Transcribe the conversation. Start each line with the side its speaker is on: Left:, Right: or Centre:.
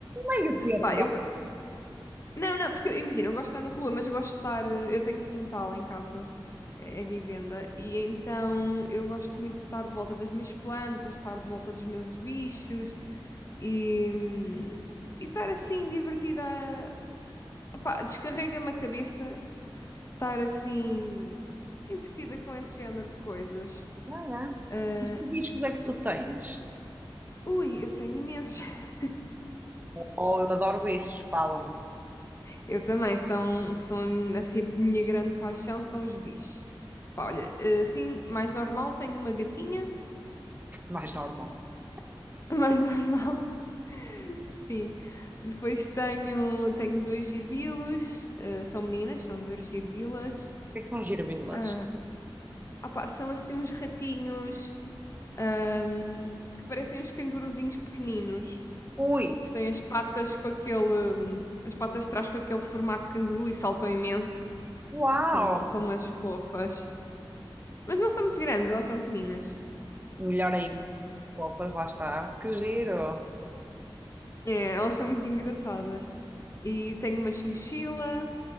Right: Meio termo,
Left: Pá,
Right: vá.
Left: eu. Não, não, porque eu- imagina, eu gosto de estar na rua, mas eu gosto de estar. eh, Eu tenho quintal em casa, é, é vivenda, e então eu gosto muito de estar de volta das minhas plantas, estar de volta dos meus bichos e, hum, e estar assim divertida. Opá, descarrega-me a cabeça estar assim entretida com esse género de coisas.
Right: ah,
Left: Ah,
Right: é. Que bichos é que tu tens?
Left: ui, eu tenho imensos. <laughs>
Right: Oh, eu adoro bichos, falam-me.
Left: Eu também, são, são assim, a minha grande paixão são os bichos. Pá, olha, eh, assim, mais normal, tenho uma gatinha,
Right: Mais normal. O
Left: <laughs> mais normal, <laughs> sim. Depois tenho, tenho dois girbilos, eh, são meninas, são duas girbilas.
Right: que é que são girbilas?
Left: Ah, opá, são assim uns ratinhos, ahm, que parecem uns canguruzinhos pequeninos.
Right: Ui,
Left: porque tem as patas com aquele, hum, as patas de trás com aquele formato de canguru e saltam imenso.
Right: uau!
Left: São, são umas fofas. Mas não são muito grandes, elas são pequeninas.
Right: Melhor ainda. Opas, lá está. Que giro.
Left: É, elas são muito engraçadas. E tenho uma chinchila,